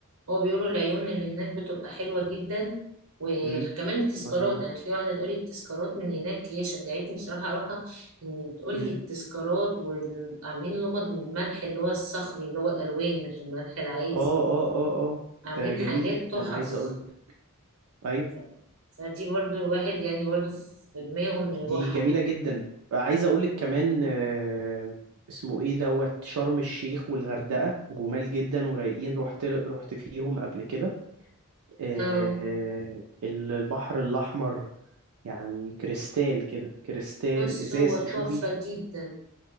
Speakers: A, on the right (about 65°); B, on the right (about 85°).
A: هو بيقولوا العيون اللي هناك بتبقى حلوة جدا وكمان
B: امم
A: التذكارات
B: مظبوط
A: انا في واحدة تقولي التذكارات من هناك هي شجعتني بصراحة اروحها ان بتقولي
B: امم
A: التذكارات وعاملين لمض من الملح اللي هو الصخري اللي هو الالوان مش الملح العادي
B: اه اه اه اه
A: عاملين
B: ده جميل
A: حاجات
B: جدا
A: تحف
B: عايز أقولك أيوة
A: ف- فدي برضو الواحد يعني برضو في دماغه انه يروحها
B: دي جميلة جدا عايز أقولك كمان آه، اسمه إيه دوت شرم الشيخ والغردقة جمال جدا ورايقين رحت رحت فيهم قبل كده آه،
A: آم،
B: البحر الأحمر يعني كريستال كده كريستال
A: بص
B: إزاز
A: هو
B: تشوفي
A: تحفة جدا